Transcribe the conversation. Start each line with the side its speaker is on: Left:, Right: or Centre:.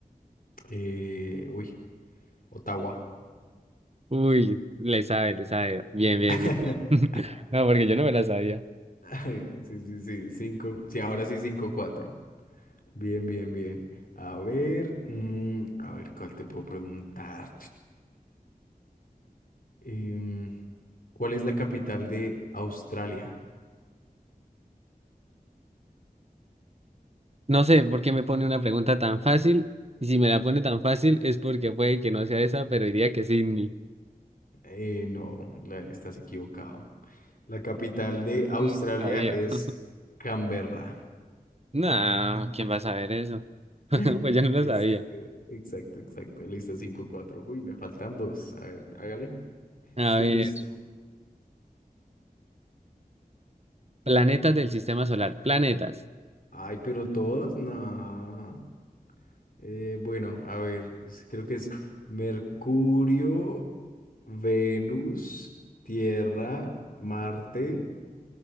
Left: Eh, uy, Ottawa.
Right: Uy, le sabe, le sabe. Bien, bien,
Left: <laughs>
Right: bien. <laughs> No, porque yo no me la sabía.
Left: Ay, Sí, sí, sí. Cinco. Sí, ahora sí cinco cuatro. Bien, bien, bien. A ver. mm, a ver, ¿cuál te puedo preguntar? <tsk> ¿Cuál es la capital de Australia?
Right: No sé por qué me pone una pregunta tan fácil. Y si me la pone tan fácil es porque puede que no sea esa, pero diría que Sydney.
Left: Eh, no, la- estás equivocado. La capital de Australia
Right: Mm, sabía.
Left: es
Right: <laughs>
Left: Canberra.
Right: No, ¿quién va a saber eso? <laughs>
Left: <laughs>
Right: Pues yo no lo
Left: Exacto,
Right: sabía.
Left: exacto, exacto. Listo, cinco cuatro. Uy, me faltan dos. A ver, hágale.
Right: A
Left: Estoy
Right: ver,
Left: listo.
Right: planetas del sistema solar. Planetas.
Left: Ay, pero todos, no. Eh, bueno, a ver, es- creo que es Mercurio, Venus, Tierra, Marte